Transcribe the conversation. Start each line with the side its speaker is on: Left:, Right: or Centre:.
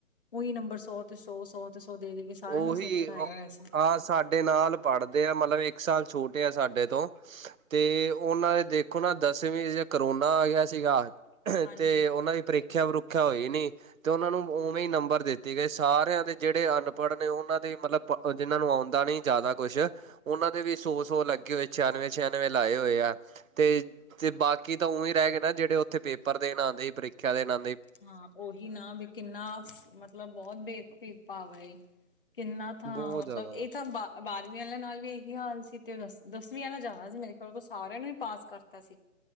Left: ਉਹੀ ਨੰਬਰ ਸੌ ਤੇ ਸੌ -ਸੌ ਤੇ ਸੌ ਦੇ -ਦੇ। ਕੇ ਸਾਰਿਆਂ
Right: ਉਹੀ
Left: ਨੂੰ ਸਿਰ ਚੜਾਇਆ
Right: ਔਹ
Left: ਹੋਇਆ ਸੀ
Right: ਆ ਸਾਡੇ ਨਾਲ ਪੜ੍ਹਦੇ ਆ ਮਤਲਬ ਇੱਕ ਸਾਲ ਛੋਟੇ ਆ ਸਾਡੇ ਤੋਂ। ਤੇ ਉਹਨਾਂ ਦੇ ਦੇਖੋ ਨਾ ਦਸਵੀਂ ਚ ਕਰੋਨਾ ਆ ਗਿਆ ਸੀਗਾ।
Left: ਹਾਂਜੀ
Right: ਤੇ ਉਹਨਾਂ ਦੀ ਪ੍ਰੀਖਿਆ ਪਰੁ। ਪ੍ਰੀਖਿਆ ਹੋਈ ਨੀ ਤੇ ਉਹਨਾਂ ਨੂੰ ਉਵੇਂ ਨੰਬਰ ਦਿੱਤੇ ਗਏ ਸਾਰਿਆਂ ਦੇ ਜਿਹੜੇ ਅਨ। ਪੜ੍ਹਨੇ ਉਹਨਾਂ ਦੇ ਮਤਲਬ ਪ ਜਿਹਨਾਂ ਨੂੰ ਆਉਂਦਾ ਨੀ ਜ਼ਿਆਦਾ ਕੁਛ। ਉਹਨਾਂ ਦੇ ਵੀ ਸੌ- ਸੌ ਲੱਗੇ ਹੋਏ ਛਿਆਨਵੇਂ -ਛਿਆਨਵੇਂ ਲਾਏ ਹੋਏ ਆ ਤੇ। ਤੇ ਬਾਕੀ ਤਾਂ ਉਂਵੇ ਹੀ ਰਹਿ ਗਏ ਨਾ ਜਿਹੜੇ ਉੱਥੇ ਪੇਪਰ ਦੇਣ ਆਂਦੇ ਹੀ ਪ੍ਰੀਖਿਆ ਦੇਣ ਨਾ।
Left: ਹਾਂ ਉਹੀ ਨਾ ਵੀ ਕਿੰਨਾ ਮਤਲਬ ਬਹੁਤ ਬੇਦ ਭੇਦ ਭਾਵ ਏ ਕਿੰਨਾ ਥਾ
Right: ਬਹੁਤ
Left: ਮਤਲਬ
Right: ਜ਼ਿਆਦਾ
Left: ਇਹ ਤਾਂ ਬਾ। ਬਾਰਵੀਂ ਆਲਿਆਂ ਨਾਲ ਵੀ ਇਹੀ ਹਾਲ ਸੀ ਤੇ ਬਸ ਦਸਵੀਂ ਵਾਲਾ ਜ਼ਿਆਦਾ ਸੀ ਮੇਰੇ। ਉਦੋਂ ਸਾਰਿਆ ਨੂੰ ਪਾਸ ਕਰਤਾ ਸੀ।